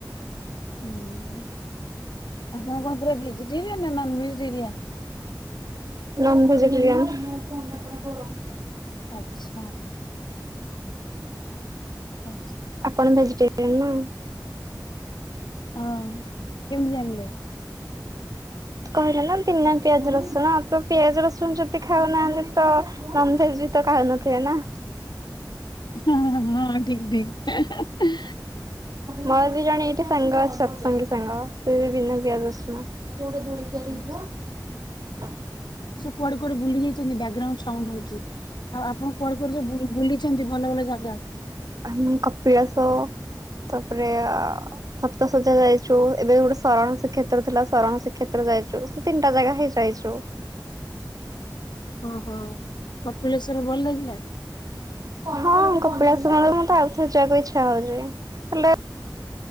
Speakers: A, on the left; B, on the right.
A: ହୁଁ ଆପଣ କଣ ପୁରା ଭେଜିଟେରିଆନ ନାଁ ନନଭେଜିଟେରିଆନ୍?
B: ନନଭେଜିଟେରିଆନ୍।
A: ଆଚ୍ଛା।
B: <inaudible>
A: ଆଚ୍ଛା
B: ଆପଣ ଭେଜିଟେରିୟାନ ନାଁ।
A: ହଁ କେମତି ଜାଣିଲେ?
B: କହିଲେ ନା ପନା ପିଆଜ ରସୁଣ ଆଉ ତ ପିଆଜ ରସୁଣ ଯଦି ଖାଉନାହାନ୍ତି ତ ନନଭେଜ ବି ତ ଖାଉନଥିବେ ନା।
A: ହଁ ଠିକ୍ ଠିକ୍।
B: ମୋର ବି ଜଣେ ଟେ ସାଙ୍ଗ ଅଛି ସତ୍ସଙ୍ଗୀ ସାଙ୍ଗ ସେ ବି ବିନା ପିଆଜ ରସୁଣ। ଯୋଉଟା ଦୋଳି ତିଆରିହେଇଥିବ।
A: ଆଚ୍ଛା। କୁଆଡ଼େ କୁଆଡ଼େ ବୁଲି ଯାଇଚନ୍ତି ବ୍ୟାଗ୍ରାଉଣ୍ଡ ସାଉଣ୍ଡ ହୋଉଚି। ଆଉ ଆପଣ କୁଆଡ଼େ କୁଆଡ଼େ ସବୁ ବୁଲି ବୁଲି ସେନ୍ତି ଭଲ ଭଲ ଜାଗା।
B: ଆମେ କପିଳାସ ତାପରେ ଅ ସପ୍ତସଜ୍ୟା ଯାଇଚୁ ଏବେ ଗୋଟେ ଶରଣ ଶ୍ରୀକ୍ଷେତ୍ର ଥିଲା ଶରଣ ଶ୍ରୀକ୍ଷେତ୍ର ଯାଇଚୁ ସେ ତିନିଟା ଜାଗା ହିଁ ଯାଇଚୁ।
A: ଓହୋ କପିଳେଶ୍ଵର ଭଲ ଲାଗିଲା।
B: ହଁ କପିଳାସ ମତେ ମୁଁ ତ ଆଉ ଥରେ ଯିବାକୁ ଇଚ୍ଛା ହୋଉଚି। ହେଲେ